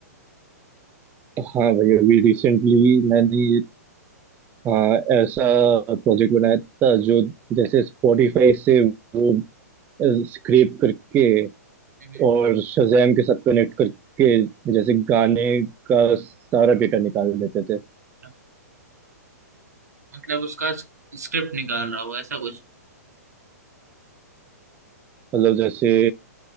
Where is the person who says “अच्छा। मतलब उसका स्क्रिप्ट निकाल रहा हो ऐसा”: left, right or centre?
Right